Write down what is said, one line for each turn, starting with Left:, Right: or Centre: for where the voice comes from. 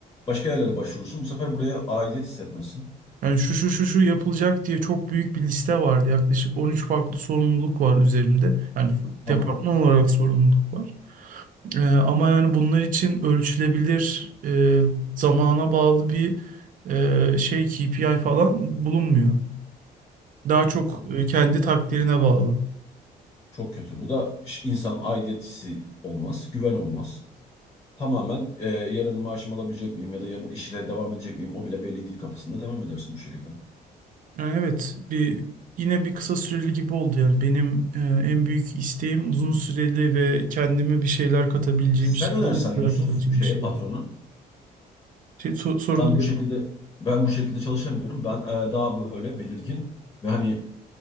Left: başka yerlere başvurursun. Bu sefer buraya aidiyet hissetmesin.
Right: yani şu şu şu şu yapılacak diye çok büyük bir liste vardı. Yaklaşık 13 farklı sorumluluk var üzerimde. Yani
Left: Tamam.
Right: departman olarak sorumluluk var. E, ama yani bunlar için ölçülebilir e, zamana bağlı bir e, şey KPI falan bulunmuyor. Daha çok
Left: Çok
Right: e, kendi takdirine bağlı.
Left: çok kötü. Bu da iş- insan aidiyet hissi olmaz. Güven olmaz. Tamamen e, yarın maaşımı alabilecek miyim ya da yarın işle devam edecek miyim o bile belli değil kafasında devam edersin bu şekilde.
Right: Yani evet bir yine bir kısa süreli gibi oldu yani. Benim e, en büyük isteğim uzun süreli ve kendime bir şeyler katabileceğim,
Left: E, sen
Right: şirketime
Left: önersen
Right: bir
Left: Yusuf
Right: şeyler katabileceğim
Left: şeye
Right: bir şeydi.
Left: patrona.
Right: Şey, so- sorunu
Left: Ben bu
Right: diyorum
Left: şekilde ben bu şekilde çalışamıyorum. Ben e, daha böyle belirgin ve hani